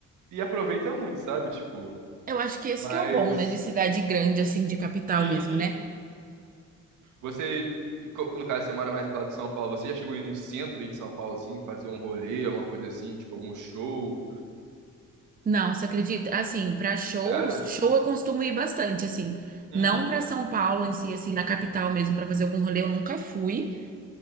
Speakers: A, on the right; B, on the right.
A: e, e aproveita muito, sabe? Tipo,
B: Eu acho que esse
A: mas...
B: que é o bom, né, de cidade grande assim, de capital
A: Uhum.
B: mesmo, né?
A: Você, co- no caso, você mora mais pro lado de São Paulo, você já chegou aí no centro aí de São Paulo, assim, fazer um rolê, alguma coisa assim, tipo, algum show?
B: Não, você acredita? Assim, para shows,
A: Sério?
B: show eu costumo ir bastante, assim.
A: Uhum.
B: Não para São Paulo em si, assim, na capital mesmo, para fazer algum rolê, eu nunca fui.